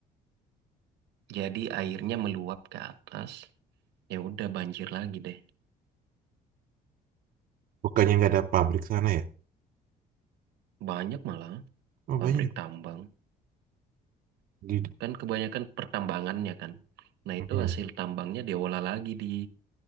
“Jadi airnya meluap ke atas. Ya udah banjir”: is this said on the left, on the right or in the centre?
Right